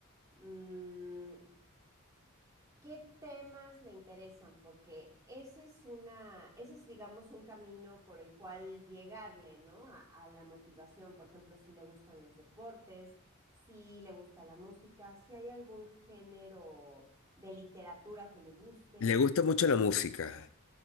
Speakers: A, on the right (about 15°); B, on the left (about 65°).
A: Mm, ¿Qué temas le interesan? Porque ese es una, ese es, digamos, un camino por el cual llegarle, ¿no? A, a la motivación. Por ejemplo, si le gustan los deportes, si le gusta la música, si hay algún género de literatura que le guste.
B: Le gusta mucho la música.